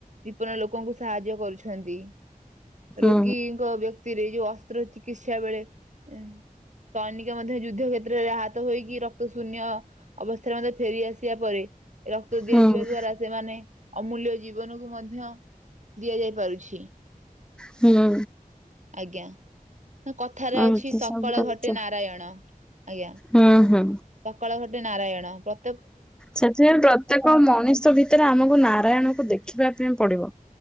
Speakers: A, on the right (about 55°); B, in the centre.
A: ବିପନ୍ନ ଲୋକଙ୍କୁ ସାହାଯ୍ୟ କରୁଛନ୍ତି।
B: ହୁଁ
A: ରୋଗୀଙ୍କ ବ୍ୟକ୍ତିରେ ଯୋଉ ଅସ୍ତ୍ର ଚିକିତ୍ସା ବେଳେ ସୈନିକ ମଧ୍ୟ ଯୁଦ୍ଧ କ୍ଷେତ୍ରରେ ଆହତ ହୋଇକି ରକ୍ତ ଶୂନ୍ୟ ଅବସ୍ଥାରେ ମଧ୍ୟ ଫେରିଆସି ପରେ ରକ୍ତ ଦିଆଯ
B: ହୁଁ
A: ଯିବା ଦ୍ଵାରା ସେମାନେ ଅମୂଲ୍ୟ ଜୀବନକୁ ମଧ୍ୟ ଦିଆଯାଇ ପାରୁଛି।
B: ହୁଁ
A: ଆଜ୍ଞା ନା କଥାରେ ଅଛି
B: ଏମିତି
A: ସକାଳ
B: ସବୁ ରହୁଛି
A: ଘଟେ ନାରାୟଣ ଆଜ୍ଞା।
B: ହୁଁ ହୁଁ
A: ସକାଳ ଘଟେ ନାରାୟଣ ପ୍ର
B: ସେଥିରେ ପ୍ରତ୍ୟେକ ମଣିଷ ଭିତ ସେଥିରେ ଆମକୁ ନାରାୟଣକୁ ଦେଖିବା ପାଇଁ ପଡିବ